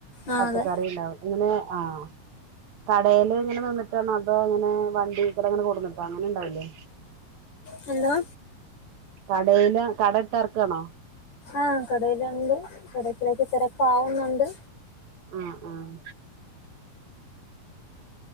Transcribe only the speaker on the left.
ആ
അതെ
ഹല്ലോ
ആഹ് കടേയ്ല്ണ്ട്. കടേ <unintelligible> തെരക്കാവുന്നുണ്ട്.